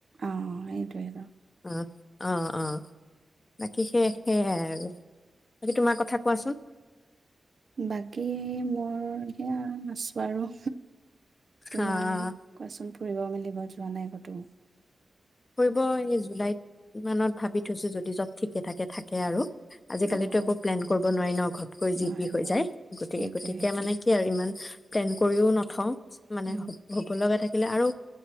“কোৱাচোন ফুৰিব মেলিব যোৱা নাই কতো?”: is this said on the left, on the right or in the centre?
Right